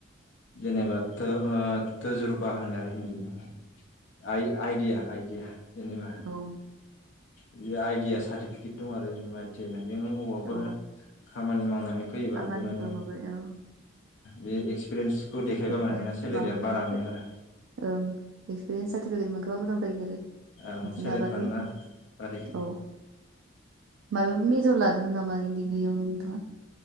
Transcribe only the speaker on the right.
ओ उम,
औ
खामानिफ्राव
माबा औ
एक्सपिरियेन्स
माबा
एक्सपि-
ओं एक्सपिरियेन्स सार्टिफिकेट मोनखाबा मोजां जायो आरो
बिदिनो
हाबाथाय
औ मायाबो मेजर लादोंमोन नामा दिग्रियाव नोंथांङा